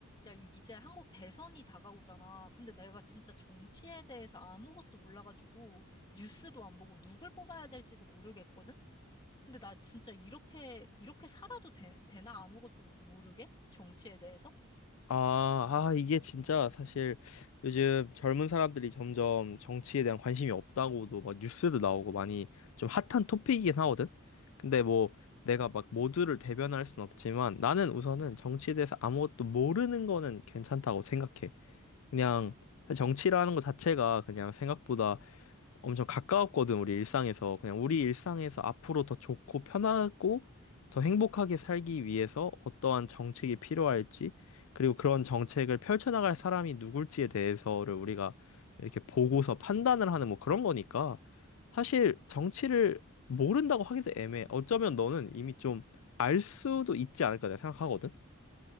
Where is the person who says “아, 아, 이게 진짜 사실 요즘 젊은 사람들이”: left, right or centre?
Left